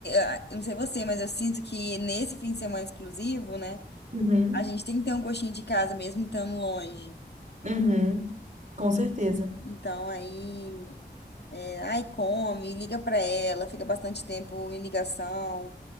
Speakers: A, on the left (about 70°); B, on the right (about 45°).
A: ah, eu não sei você, mas eu sinto que nesse fim de semana exclusivo, né?
B: Uhum.
A: A gente tem que ter um gostinho de casa mesmo estando longe.
B: Uhum. Com certeza.
A: Então aí. É, aí come, liga pra ela, fica bastante tempo em ligação,